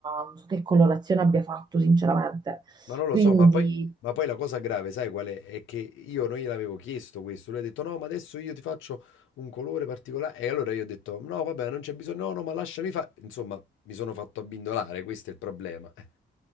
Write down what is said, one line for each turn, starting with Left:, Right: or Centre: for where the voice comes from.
Right: non so che colorazione abbia fatto, sinceramente.
Left: Ma non lo
Right: Quindi
Left: so, ma poi, ma poi la cosa grave, sai qual è? È che io non gliel'avevo chiesto questo. Lui ha detto: No, ma adesso io ti faccio un colore particolare. E allora io ho detto: No, vabbè, non c'è bisogno. No, no, ma lasciami fare. Insomma, mi sono fatto abbindolare. Questo è il problema. eh,